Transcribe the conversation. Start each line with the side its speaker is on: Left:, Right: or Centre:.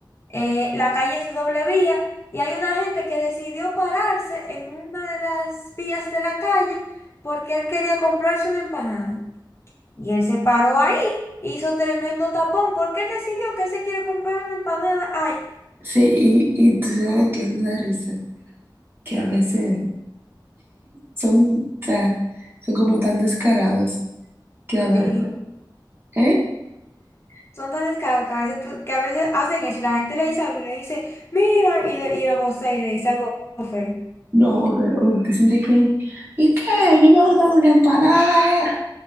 Left: eh, la calle es de doble vía y hay una gente que decidió pararse en una de las vías de la calle porque él quería comprarse una empanada. Y él se paró ahí, hizo tremendo tapón porque él decidió que él se quiere comprar una empanada. Ay,
Right: Sí, y, y tú sabes que me da risa, que a veces son, o sea, son como tan descarados que
Left: y
Right: a veces,
Left: te grita.
Right: ¿eh?
Left: Son tan descarados que a veces, tú- que a veces hacen eso y la gente le dice algo y le dice, mira, y le, y le vocea y le dice algo feo. <laughs>
Right: No, o, te- o dicen de que, ¿y qué? Yo voy a comprar una empanada, ¿eh?